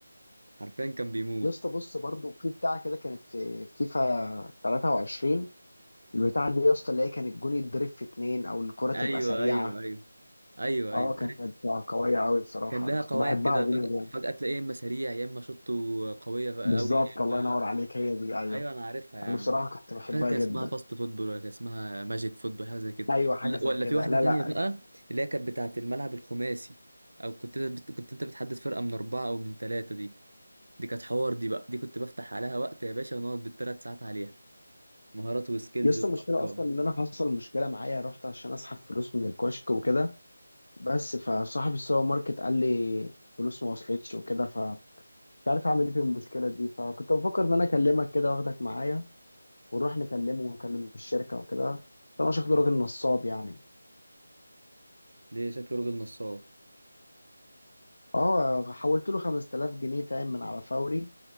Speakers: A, on the right; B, on the left.
A: حرفيا كان بيموت
B: يا اسطى بص برضه في بتاعه كده كانت في فيفا 23 البتاعه دي يا اسطى اللي هي كان الجون يتضرب في اتنين او الكره تبقى
A: ايوه
B: سريعه
A: ايوه ايوه ايوه
B: اه
A: ايوه
B: كانت
A: عارف
B: قويه قوي بصراحه
A: كان لها
B: انا كنت
A: قواعد
B: بحبها
A: كده
B: بيني
A: فجأة,
B: وبين
A: فجأة تلاقيه يا اما سريع يا اما شوطه قويه
B: بالظبط
A: قوي يا
B: الله
A: اما
B: ينور عليك هي دي ايوه
A: ايوه انا عارفها يا
B: انا
A: عم
B: بصراحه كنت بحبها
A: مش فاكر كان
B: جدا
A: اسمها فاست فوتبول ولا كان اسمها ماجيك فوتبول حاجه زي كده
B: ايوه حاجه
A: لا
B: زي
A: <laughs> ولا
B: كده
A: في واحده
B: لا
A: تانية
B: لا
A: بقى اللي هي كانت بتاعه الملعب الخماسي او كنت انت بت... كنت انت بتحدد فرقه من اربعه او من ثلاثه دي دي كانت حوار دي بقى دي كنت بفتح عليها وقت يا باشا ونقعد بالثلاث ساعات عليها مهارات وسكيلز
B: يا اسطى
A: وارقام
B: المشكله اصلا ان انا حصل مشكله معايا رحت عشان اسحب فلوس من الكشك وكده بس فصاحب السوبر ماركت قال لي فلوس ما وصلتش وكده فمش عارف اعمل ايه في المشكله دي فكنت بفكر ان انا اكلمك كده واخدك معايا ونروح نكلمه ونكلم الشركه وكده فانا شكله راجل نصاب يعني
A: دي شكله راجل نصاب
B: اه حولت له 5000 جنيه فاهم من على فوري